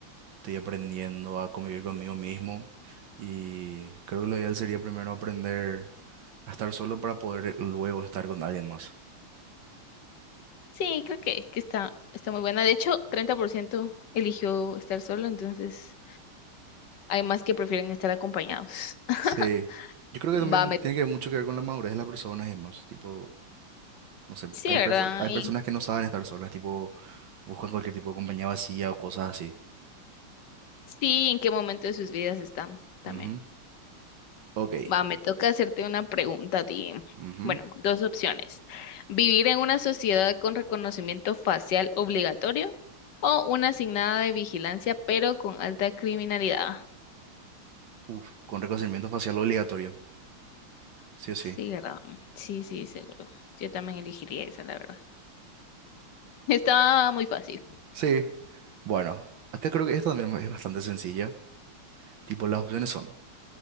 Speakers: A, on the right (about 70°); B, on the left (about 60°).
A: estoy aprendiendo a convivir conmigo mismo. Y creo que lo ideal sería primero aprender a estar solo para poder luego estar con alguien más.
B: Sí, creo que, que está, está muy buena. De hecho, 30% eligió estar solo, entonces hay más que prefieren estar acompañados. <laughs>
A: Sí. Yo creo que también
B: Va, me...
A: tiene que ver mucho que ver con la madurez de las personas, además. Tipo, no sé,
B: Sí,
A: hay
B: ¿verdad?
A: perso- hay
B: Y
A: personas que no saben estar solas, tipo, buscan cualquier tipo de compañía vacía o cosas así.
B: sí, ¿en qué momento de sus vidas están también?
A: Ujú. Ok.
B: Va, me toca hacerte una pregunta a ti.
A: Ujú.
B: Bueno, dos opciones. ¿Vivir en una sociedad con reconocimiento facial obligatorio o una asignada de vigilancia pero con alta criminalidad?
A: Uf, con reconocimiento facial obligatorio. Sí o sí.
B: Sí, ¿verdad? Sí, sí, seguro. Yo también elegiría esa, la verdad. Está muy fácil.
A: Sí. Bueno, acá creo que esta también es bastante sencilla. Tipo, las opciones son